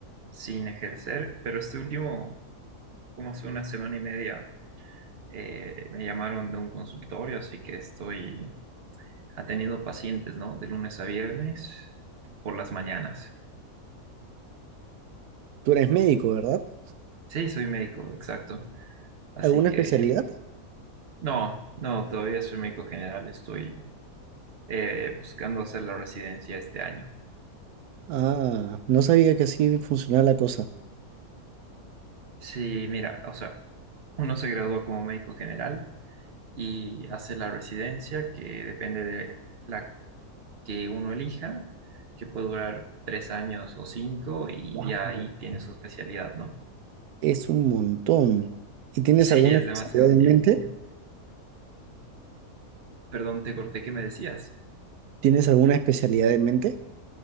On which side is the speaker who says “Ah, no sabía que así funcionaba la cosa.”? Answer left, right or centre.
Right